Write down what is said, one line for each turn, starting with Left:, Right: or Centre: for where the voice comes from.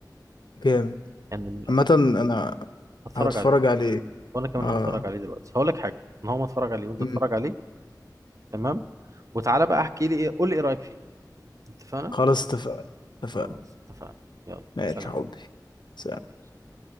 Left: جامد
Right: يعني من الأفلام
Left: عامة انا
Right: هتفرج
Left: هتفرج
Right: عليه
Left: عليه
Right: وأنا كمان
Left: اه
Right: هتفرج عليه دلوقتي هقول لك حاجة إن هو ما اتفرج عليه وأنت
Left: مم.
Right: اتفرج عليه تمام وتعالى بقى احكي لي إيه قول لي إيه رأيك فيه اتفقنا؟
Left: خلاص اتفقنا اتفقنا
Right: خلاص اتفقنا يلا
Left: ماشي
Right: سلام
Left: يا حبي سلام.
Right: حبيبي